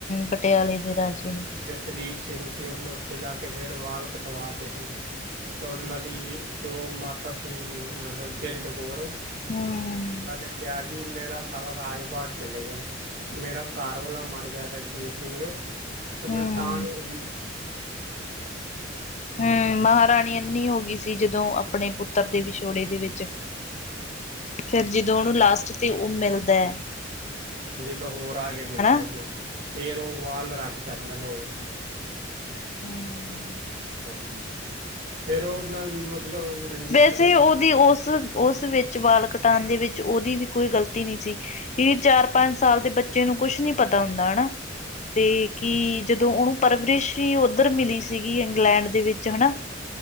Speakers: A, on the left; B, on the right.
A: ਪਟਿਆਲੇ ਦੇ ਰਾਜੇ ਨੇ,
B: ਜੋ ਦਲੀਪ ਸਿੰਘ ਸੀ, ਉਹਨੇ ਉੱਥੇ ਜਾ ਕੇ ਫੇਰ ਵਾਲ ਕਟਵਾ ਤੇ ਸੀ। ਤੇ ਉਹਨਾਂ ਦੀ- ਜੋ ਮਾਤਾ ਸੀ, ਮਤਲਬ ਜਿੰਦ ਕੌਰ
A: ਹੂੰ-ਹੂੰ-ਹੂੰ-ਹੂੰ।
B: ਸਾਡੇ ਕਿਆ ਜੀ ਮੇਰਾ ਸਾਰਾ ਰਾਜ-ਪਾਟ ਚਲੇ ਗਿਆ। ਮੇਰਾ ਕ੍ਹਾਰਵਾਲਾ ਮਰ ਗਿਆ ਰਣਜੀਤ ਸਿੰਘ ਤੇ
A: ਹੂੰ
B: ਮੈਂ ਤਾਂ ਨੀ ਰਈ
A: ਹਮ, ਮਹਾਰਾਣੀ ਅੰਨੀ ਹੋ ਗੀ ਸੀ, ਜਦੋਂ ਆਪਣੇ ਪੁੱਤਰ ਦੇ ਵਿਛੋੜੇ ਦੇ ਵਿੱਚ
B: ਹ
A: ਫੇਰ ਜੀਦੋਂ ਓਨੂੰ ਲਾਸਟ ਤੇ ਓ ਮਿਲਦੈ
B: ਲਹੌਰ ਆ ਕੇ ਮਿਲਦੈ
A: ਹੂੰ।
B: ਓਨੂੰ ਫੇਰ ਓ ਵਾਲ ਰੱਖ ਕੇ ਆਂਦੈ ਲੌਰ
A: ਹਮ
B: ਹਾਂਜੀ ਫੇਰ ਓਨਾਂ ਦੀ ਮਤਲਬ ਰਣਜੀਤ
A: ਵੈਸੇ
B: ਸਿੰਘ ਜੀ
A: ਓਦੀ
B: ਦੀ
A: ਉਸ ਉਸ ਵਿੱਚ ਵਾਲ ਕਟਾਣ ਦੇ ਵਿੱਚ ਓਦੀ ਵੀ ਕੋਈ ਗਲਤੀ ਨੀ ਸੀ ਏ ਚਾਰ-ਪੰਜ ਸਾਲ ਦੇ ਬੱਚੇ ਨੂੰ ਕੋਛ ਨੀ ਪਤਾ ਹੁੰਦਾ ਹਨਾ ਤੇ ਕੀ ਜਦੋਂ ਓਨੂੰ ਪਰਵਰਿਸ਼ ਹੀ ਓਧਰ ਮਿਲੀ ਸੀਗੀ ਇੰਗਲੈਂਡ ਦੇ ਵਿੱਚ ਹਨਾ